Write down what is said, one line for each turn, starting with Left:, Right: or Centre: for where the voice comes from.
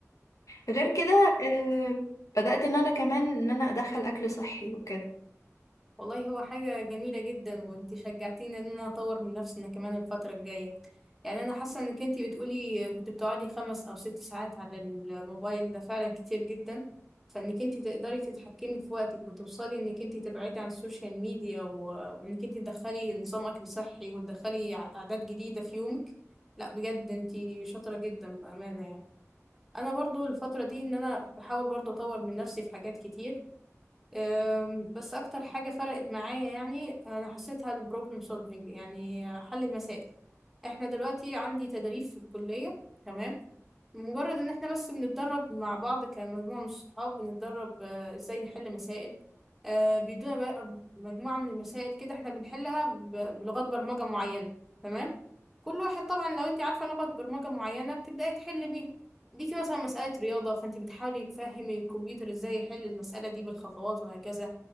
Left: غير كده آه، بدأت ان انا كمان ان انا ادخل اكل صحي وكده
Centre: والله هو حاجة جميلة جدا وانت شجعتيني ان انا اطور من نفسي انا كمان الفترة الجاية يعني انا حاسة انك انت بتقولي كنت بتقعدي خمس او ست ساعات على الموبايل ده فعلا كتير جدا فانك انت تقدري تتحكمي في وقتك وتوصلي انك انت تبعدي عن السوشيال ميديا و... وانك انت تدخلي نظام اكل صحي وتدخلي ع- عادات جديدة في يومك لا بجد انت شاطرة جدا بأمانة يعني انا برضو الفترة دي ان انا بحاول برضو اطور من نفسي في حاجات كتير أم، بس اكتر حاجه فرقت معايا يعني انا حسيتها البروبلم سولفينج يعني حل المسائل احنا دلوقتي عندي تدريب في الكليه تمام مجرد ان احنا بس بنتدرب مع بعض كمجموعة من الصحاب بنتدرب آه، ازاي نحل مسائل آه، بيدونا بقى مجموعة من المسائل كده احنا بنحلها ب- بلغات برمجة معينة تمام كل واحد طبعا لو انت عارفة لغة برمجة معينة بتبدأي تحل بيها ليكي مثلا مسألة رياضة فانت بتحاولي تفهمي الكمبيوتر ازاي يحل المسألة دي بالخطوات وهكذا